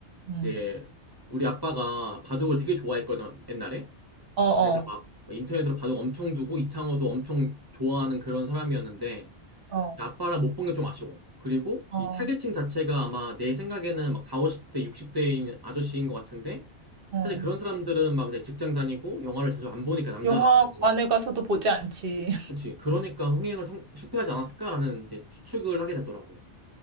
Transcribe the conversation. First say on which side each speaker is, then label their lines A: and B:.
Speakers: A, on the right; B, on the right.
A: 음.
B: 이제 우리 아빠가 바둑을 되게 좋아했거든 옛날에
A: 어, 어,
B: 그래서 막막 인터넷으로 바둑 엄청 두고 이창호도 엄청 좋아하는 그런 사람이었는데
A: 어,
B: 아빠랑 못 본 게 좀 아쉬워 그리고
A: 어,
B: 이 타겟층 자체가 아마 내 생각에는 막 4, 50대 60대인 아저씨인 것 같은데
A: 어.
B: 사실 그런 사람들은 막 이제 직장 다니고 영화를 자주 안 보니까 남자라서
A: 영화관에
B: 뭐
A: 가서도 보지 않지.
B: 그치 그러니까 흥행을 성- 실패하지 않았을까라는 이제 추측을 하게 되더라고